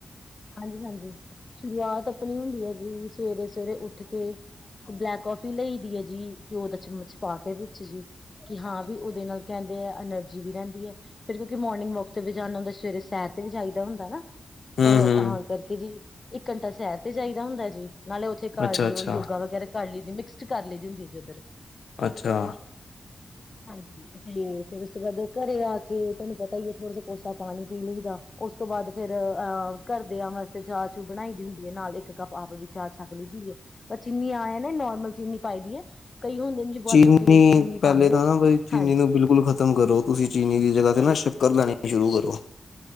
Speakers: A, on the left; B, on the left.
A: ਹਾਂਜੀ -ਹਾਂਜੀ। ਸ਼ੁਰੂਆਤ ਆਪਣੀ ਹੁੰਦੀ ਹੈ ਜੀ ਸਵੇਰੇ- ਸਵੇਰੇ ਉੱਠ ਕੇ ਬਲੈਕ ਕਫੀ ਲਈ ਦੀ ਹੈ ਜੀ, ਘਿਓ ਦਾ ਚਮਚ ਪਾ ਕੇ ਵਿੱਚ ਜੀ। ਕਿ ਹਾਂ ਵੀ, ਉਹਦੇ ਨਾਲ ਕਹਿੰਦੇ ਆ, ਐਨਰਜੀ ਵੀ ਰਹਿੰਦੀ ਹੈ। ਫੇਰ ਕਿਉਂਕਿ ਮੋਰਿੰ ਵਕ ਤੇ ਵੀ ਜਾਣਾ ਹੁੰਦਾ, ਸਵੇਰੇ ਸੈਰ ਤੇ ਵੀ ਜਾਈਦਾ ਹੁੰਦਾ ਨਾ।
B: ਹੂੰ-ਹੂੰ,
A: ਅਹ ਤਾਂ ਕਰਕੇ ਜੀ, ਇੱਕ ਘੰਟਾ ਸ਼ਹਿਰ ਤੇ ਚਾਹੀਦਾ ਹੁੰਦਾ ਜੀ, ਨਾਲੇ ਉੱਥੇ ਘਰਡੀਓ
B: ਅੱਛਾ-ਅੱਛਾ,
A: ਯੋਗਾ
B: ਅੱਛਾ।
A: ਵਗੈਰਾ ਕਰ ਲਈ ਮਿਕਸ ਕਰ ਲਈ ਹੁੰਦੀ ਹੈ ਜੇ ਉੱਧਰ।
B: ਅੱਛਾ।
A: ਹਾਂਜੀ ਤੇ ਫਿਰਰ, ਉਸ ਤੋਂ ਬਾਅਦ ਘਰੇ ਆ ਕੇ, ਤੁਹਾਨੂੰ ਪਤਾ ਹੀ ਹੈ ਥੋੜਾ ਜ ਕੋਸਾ ਪਾਣੀ ਪੀ ਲਈਦਾ। ਉਸ ਤੋਂ ਬਾਅਦ ਫੇਿਰ ਅ ਘਰਦਿਆਂ ਵਾਸਤੇ ਚਾਹ- ਚੂ ਬਣਾਈ ਦੀ ਹੁੰਦੀ ਹੈ, ਨਾਲ ਇੱਕ ਕੱਪ ਆਪ ਵੀ ਚਾਹ ਛੱਕ ਲਈ ਦਈਂ ਹੈ।। ਚੀਨੀ ਆਏ ਨੇ ਨੋਰਮਲ ਚੀਨੀ ਪਾਈ ਦੀ ਹੈ, ਕਈ ਹੁੰਦੇ ਨੇ ਜੀ ਵਾਧੂ
B: ਚੀਨੀ
A: ਤੇਜ਼ ਚੀਨੀ
B: ਪਹਿਲੇ
A: ਪਾਉਂਦੇ ਨੇ
B: ਤਾਂ ਨਾ ਬੀ ਚੀਨੀ
A: ਹਾਂਜੀ।
B: ਨੂੰ ਬਿਲਕੁਲ ਖ਼ਤਮ ਕਰੋ। ਤੁਸੀਂ ਚੀਨੀ ਦੀ ਜਗ੍ਹਾ ਤੇ ਨਾ ਸ਼ੱਕਰ ਲੈਣੀ ਸ਼ੁਰੂ ਕਰੋ।